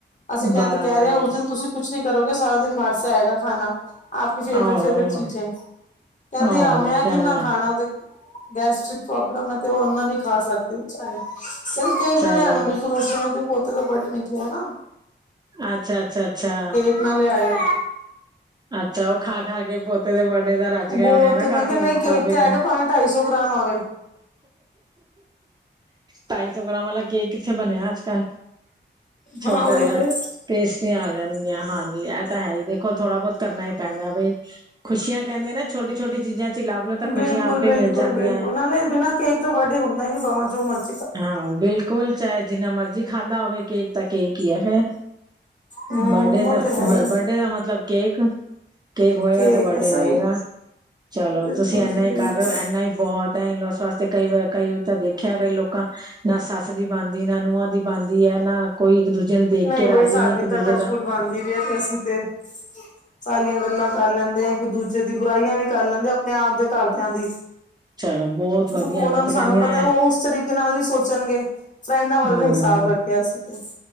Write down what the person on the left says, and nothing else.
ਅਸੀਂ ਕਹਿੰ
ਕਹਿ ਰਹੇ ਆ ਉਸ ਦਿਨ ਤੁਸੀਂ ਕੁਛ ਨੀ ਕਰੋਗੇ ਸਾਰਾ ਦਿਨ ਬਾਹਰ ਸੇ ਆਏਗਾ ਖਾਣਾ। ਆਪਕੀ ਫੇਵਰੇਟ
ਫੇਵਰੇਟ ਚੀਜੇ, ਕਹਿੰਦੀ
ਆ ਮੈਂ
ਕਿੰਨਾ
ਖਾਣਾ ਉਹ ਤੇ ਗੈਸਟ੍ਰਿਕ ਪ੍ਰੋਬਲਮ ਐ ਤੇ ਉਹ ਓਨਾ ਨੀ ਖਾ ਸਕਦੇ ਵੀਚਾਰੇ, ਕਹਿੰਦੇ ਕੇਕ
ਨਾ ਲਿਆਉਣਾ ਬਿਲ ਤਰਲੋਚਨ ਸੋਹੰ ਦੇ ਪੋਤੇ ਦਾ ਬਾਡੇ ਨਿਕਲਿਆ ਨਾ।
ਨਾਲ ਲੇ ਆਇ
ਬਹੁਤ
ਮੈਂ
ਕਿਹਾ ਨਹੀਂ ਕੇਕ
ਤੇ ਆਏਗਾ
ਭਾਵੇਂ ਢਾਈ ਸੌ ਗ੍ਰਾਮ ਆ ਗਏ
ਹਾਂ ਉਹੀ
ਤੇ।
ਬਿਲਕੁਲ
ਬਿਲਕੁਲ
<unintelligible> ਕੇਕ ਤੋਂ ਵਰਡੇ ਹੁੰਦਾ ਨੀ ਪਾਵਾਂ ਜੋ ਮਰਜੀ
ਹਮ
ਉਹ ਤੇ ਹੈ ਹੀ
ਕੇਕ
ਸਹੀ
ਬਿਲਕੁਲ
ਜੀ
ਬਿਲਕੁਲ
ਨਹੀਂ
ਬਈ ਸਾਡੀ
ਤਾਂ
ਟੱਚ
ਵੁਡ ਬਣਦੀ ਵੀ ਹੈ ਤੇ ਅਸੀਂ ਤੇ
ਸਾਰੀਆਂ ਗੱਲਾਂ ਕਰ ਲੈਂਦੇ ਆ ਇੱਕ ਦੂਜੇ ਦੀ ਬੁਰਾਈਆਂ ਵੀ ਕਰ ਲੈਂਦੇ ਆਪਣੇ ਆਪ ਦੇ ਘਰਦਿਆਂ ਦੀ
ਉਹਨਾਂ
ਨੂੰ
ਸਾਨੂੰ
ਪਤਾ ਉਹ ਉਸ ਤਰੀਕੇ ਨਾਲ ਨੀ ਸੋਚਣਗੇ ਫਰੈਂਡਾਂ ਵਰਗਾ
ਹਿਸਾਬ ਰੱਖਿਆ ਅਸੀਂ ਤੇ